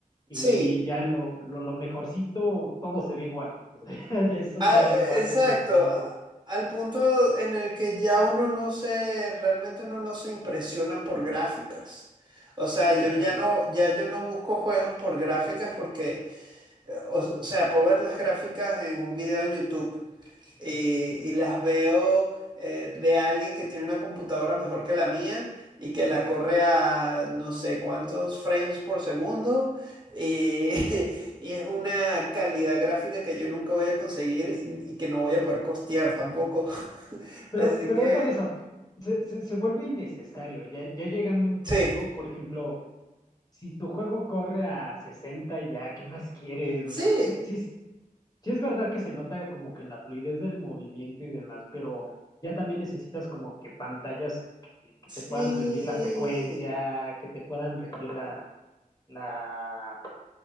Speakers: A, on the left; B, on the right.
A: y
B: Sí.
A: ya lo, lo, lo mejorcito, todo se ve igual. O sea, <laughs> ya es un
B: Ah,
A: Real
B: eh,
A: cuatro
B: exacto,
A: un Real cinco
B: a- al punto en el que ya uno no se, realmente uno no se impresiona por gráficas. O sea,
A: Exacto,
B: yo ya no, ya yo no busco juegos por gráficas porque, eh, o, o sea, puedo ver las gráficas en un video en YouTube, y, y las veo eh, de alguien que tiene una computadora mejor que la mía y que
A: claro.
B: la corre a no sé cuántos frames por segundo y, <laughs> y es una calidad gráfica que yo nunca voy a conseguir y, y que no voy a poder costear tampoco. <laughs>
A: Pero,
B: Así
A: pero
B: que
A: deja de eso. Se, se, se vuelve innecesario. Ya, ya llegando a un
B: sí,
A: punto, por ejemplo, si tu juego corre a 60 ya, ¿qué más quieres?
B: sí,
A: O sea, sí, sí, es, sí es verdad que se nota como que en la fluidez del movimiento y demás, pero ya también necesitas como que pantallas que, que
B: sí,
A: te puedan rendir la frecuencia, que te puedan rendir la, la,